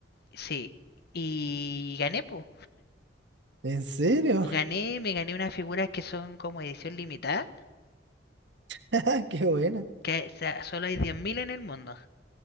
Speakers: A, on the left (about 60°); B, on the right (about 70°).
A: Sí, y gané, pues.
B: ¿En serio?
A: Gané, me gané unas figuras que son como edición limitada,
B: <laughs> ¡Qué buena!
A: que o sea, solo hay 10.000 en el mundo.